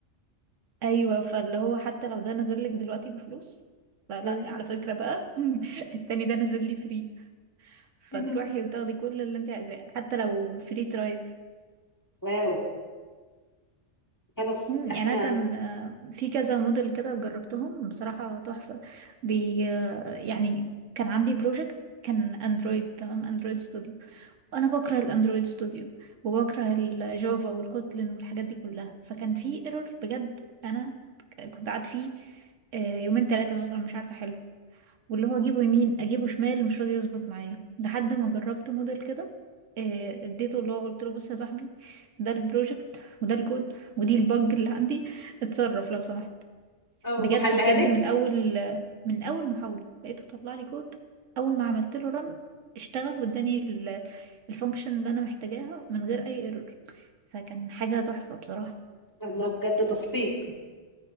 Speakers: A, on the right (about 80°); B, on the left (about 15°).
A: ايوه فاللي هو حتى لو ده نازل لك دلوقتي بفلوس فلا
B: مم.
A: على فكرة بقى <laughs> التاني ده نازل لي فري فتروحي
B: <laughs>
A: وتاخدي كل اللي انت عايزاه حتى لو فري ترايل
B: واو خلاص
A: مم،
B: احنا
A: يعني انا كان آه، في كذا موديل كده جربتهم بصراحة تحفة بي آه، يعني كان عندي بروجكت كان اندرويد تمام اندرويد ستوديو انا بكره الاندرويد ستوديو وبكره الجافا والكوتلين والحاجات دي كلها فكان في ايرور بجد انا كنت قعدت فيه آه، يومين ثلاثة مثلا مش عارفة واللي هو اجيبه يمين اجيبه شمال مش راضي يظبط معايا لحد ما جربت موديل كده آه، اديته اللي هو قلت له بص يا صاحبي ده البروجكت وده الكود ودي البج اللي عندي اتصرف لو سمحت
B: اه
A: بجد
B: وحلها
A: بجد
B: لك
A: من اول من اول محاولة لقيته طلع لي كود اول ما عملت له رن اشتغل واداني ال- الفانكشن اللي انا محتاجاها من غير اي ايرور فكان حاجة تحفة بصراحة
B: الله بجد تصفيق